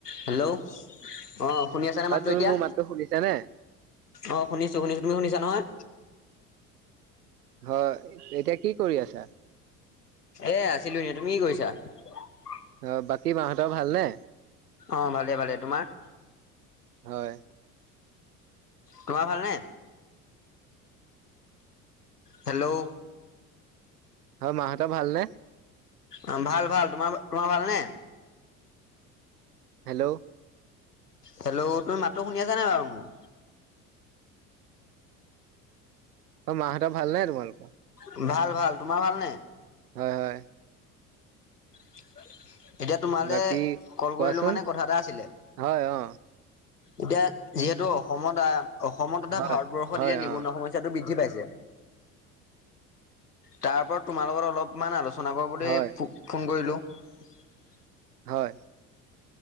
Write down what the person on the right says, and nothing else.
অ
তুমি
মোৰ মাতটো শুনিছানে?
হয় এতিয়া কি কৰি আছা।
অ বাকী মাহতৰ ভালনে?
হয়।
হয় মাহঁত ভালনে?
হেল্লো
অ মাহ এটা ভাল নাই তোমালোক
হয়, হয়।
বাকী
কোৱাচোন
হয় অ
হয়
হয়
অ
হয়
হয়